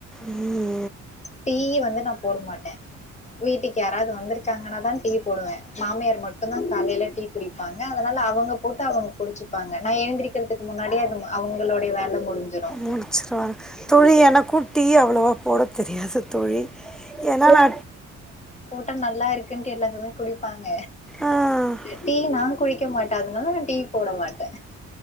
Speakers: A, in the centre; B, on the left.
A: ம்.
B: டீய வந்து நா போட மாட்டேன். வீட்டுக யாராவது வந்திருக்காங்கன்னா தா டீ போடுவே மாமியார் மட்டும்தா காலையில டீ குடிப்பாங்க அதனால அவங்க போட்டு அவங்க குடிச்சுப்பாங்க நா எழுந்திரிக்கிறதுக்கு முன்னாடியே அது அவங்களளுடைய வேல முடிஞ்சிரு.
A: முடிச்சிருவாங்க. தோழி எனக்கும் டீ அவ்வளோவா போட தெரியாது தோழி ஏன்னா நா
B: ட்டா நல்லா இருக்குன்ட்டு எல்லாருமே குடிப்பாங்க.
A: ஆ.
B: டீ னா குளிக்க மாட்டா அதுனால நா டீ போடமாட்டே